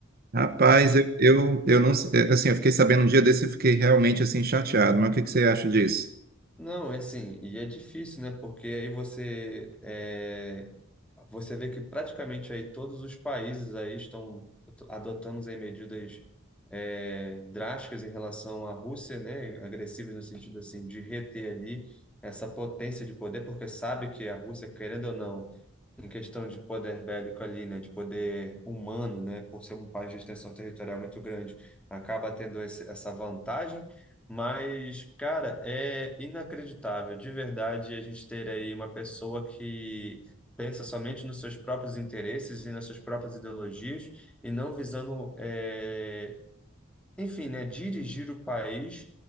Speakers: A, on the right; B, in the centre.
A: Rapaz, eu, eu, eu não, assim, eu fiquei sabendo um dia desse e fiquei realmente assim chateado, mas o que que você acha disso?
B: Não, é assim, e é difícil, né? Porque aí você é, você vê que praticamente aí todos os países aí estão adotando aí medidas é, drásticas em relação à Rússia, né? Agressivas no sentido assim de reter ali essa potência de poder, porque sabe que a Rússia, querendo ou não, em questão de poder bélico ali, né, de poder humano, né, por ser um país de extensão territorial muito grande, acaba tendo esse- essa vantagem. Mas, cara, é inacreditável, de verdade, a gente ter aí uma pessoa que pensa somente nos seus próprios interesses e nas suas próprias ideologias e não visando, é, enfim, né, dirigir o país